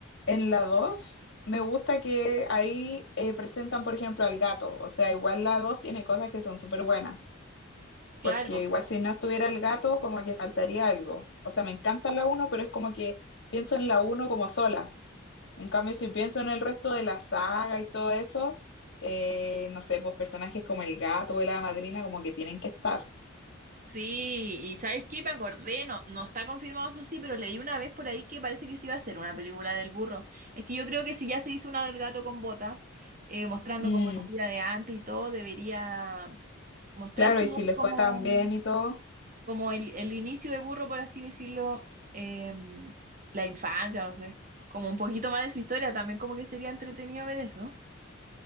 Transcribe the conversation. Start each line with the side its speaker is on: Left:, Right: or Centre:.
Left: en la 2 me gusta que ahí eh, presentan, por ejemplo, al gato. O sea, igual la 2 tiene cosas que son súper buenas. Porque
Right: Claro,
Left: igual si no estuviera el gato, como que faltaría algo. O sea, me encanta la uno pero es como que pienso en la uno como sola. En cambio, si pienso en el resto de la saga y todo eso, eh, no sé, pues personajes como el gato o la madrina como que tienen que estar.
Right: Sí, y ¿sabes qué? Me acordé, no, no está confirmado eso sí, pero leí una vez por ahí que parece que sí iba a ser una película del burro. Es que yo creo que si ya se hizo una del gato con bota, eh, mostrando
Left: Mm,
Right: como la vida de antes y todo, debería mostrarse
Left: claro, y
Right: igual
Left: si le
Right: como,
Left: fue tan bien y todo.
Right: como el, el inicio de burro, por así decirlo, em, la infancia, no sé, como un poquito más de su historia, también como que sería entretenido ver eso.